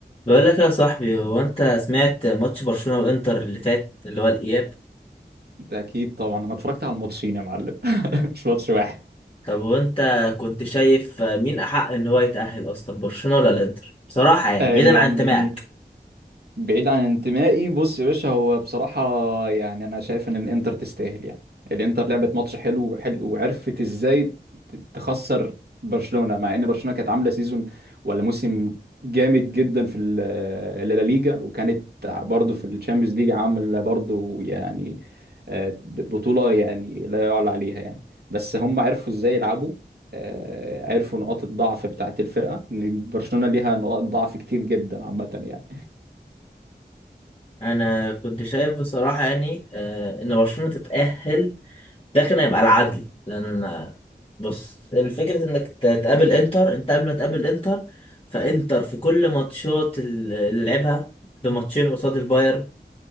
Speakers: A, on the left (about 35°); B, on the right (about 70°).
A: بقول لك يا صاحبي هو انت سمعت ماتش برشلونة وانتر اللي فات اللي هو الاياب
B: ده اكيد طبعا انا اتفرجت على الماتشين يا معلم <laughs> مش ماتش واحد
A: طب وانت كنت شايف مين احق ان هو يتأهل اصلا برشلونة ولا الانتر بصراحة يعني
B: آه
A: بعيدا
B: يعني
A: عن انتمائك
B: بعيد عن انتمائي بص يا باشا هو بصراحة يعني أنا شايف إن الإنتر تستاهل يعني الإنتر لعبت ماتش حلو وحلو وعرفت إزاي ت- تخسر برشلونة مع إن برشلونة كانت عاملة سيزون ولا موسم جامد جدا في اللا ليجا وكانت برضه في الشامبيونز ليج عاملة برضه يعني آه، بطولة يعني لا يعلى عليها يعني بس هم عرفوا إزاي يلعبوا آه، عرفوا نقاط الضعف بتاعت الفرقة إن برشلونة ليها نقاط ضعف كتير جدا عامة يعني
A: انا كنت شايف بصراحة يعني آه، ان برشلونة تتأهل ده كان هيبقى العدل لان آه، بص الفكرة انك ت- تقابل انتر انت قبل ما تقابل انتر فانتر في كل ماتشات اللي لعبها بماتشين قصاد البايرن